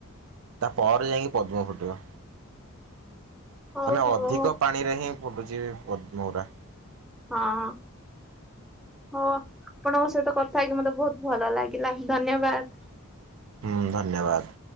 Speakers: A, on the right; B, in the centre.
A: ତାପରେ ଯାଇକି ପଦ୍ମ ଫୁଟିବ।
B: ହଉ
A: ମାନେ
B: ହଉ
A: ଅଧିକ ପା ଣିରେ ହିଁ ଫୁଟୁଛି ପଦ୍ମ ଗୁରା।
B: ହଁ ହୋଉ ଆପଣଙ୍କ ସହିତ କଥା ହେଇକି ମତେ ବହୁତ ଭଲ ଲାଗିଲା, ଧନ୍ୟବାଦ।
A: ହୁଁ ଧନ୍ୟବାଦ।